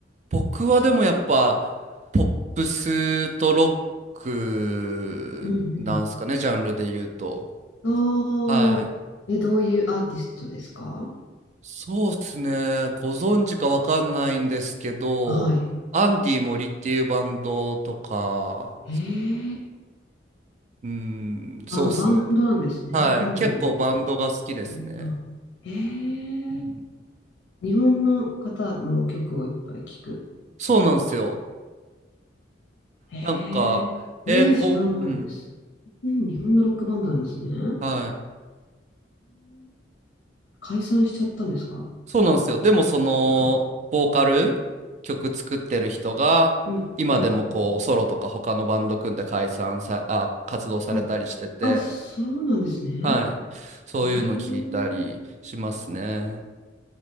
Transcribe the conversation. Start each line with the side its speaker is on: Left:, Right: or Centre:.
Right: 僕はでもやっぱポップスとロックなんすかね、
Left: うん
Right: ジャンルで言うと。
Left: う
Right: はい。
Left: ん。ああ、え、どういうアーティストですか
Right: そうっすね。ご存知かわかんないんですけど、
Left: はい。
Right: アンディ・森っていうバンドとか、
Left: ええ
Right: うーん、そうっすね。
Left: バン、バンドなんですね。
Right: はい。
Left: アンディも
Right: 結構バンドが好きですね。
Left: なんな。え
Right: うん
Left: え日本の方の曲をいっぱい聴く。
Right: そうなんですよ。
Left: え
Right: なんか、
Left: えええ知らないです。
Right: 英語、うん。
Left: うん、日本のロックバンドなんですね。え
Right: はい。
Left: え解散しちゃったんですか
Right: そうなんですよ。でもその、
Left: あら
Right: ボーカル、曲作ってる人が、
Left: うん、
Right: 今でもこう、
Left: うん。
Right: ソロとか他のバンド組んで解散さ、あ、活動されたりしてて、
Left: あ、あ、そうなんですね。
Right: はい。そういうの聞いたりしますね。
Left: ええ